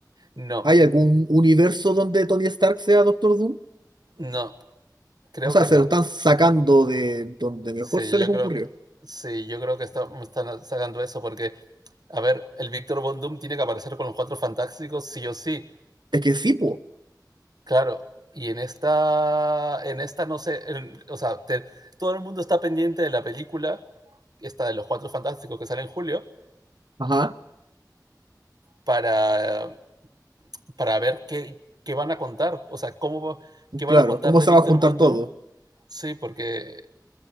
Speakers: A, on the right; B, on the right.
A: no,
B: ¿Hay algún universo donde Tony Stark sea Doctor Doom?
A: no, creo
B: O sea,
A: que
B: se
A: no.
B: lo están sacando de donde mejor
A: Sí,
B: se les
A: yo
B: ocurrió.
A: creo que, sí, yo creo que está- me están sacando eso porque, a ver, el Víctor Von Doom tiene que aparecer con los cuatro fantásticos sí o sí.
B: Es que sí, po.
A: Claro, y en esta, en esta no sé, en- o sea, te- todo el mundo está pendiente de la película, esta de los Cuatro Fantásticos que sale en julio,
B: Ajá.
A: para, para ver qué, qué van a contar, o sea, cómo, va- qué
B: Claro,
A: van a contar
B: ¿cómo
A: de
B: se
A: Víctor
B: va a juntar
A: Von
B: todo?
A: Doom. Sí, porque,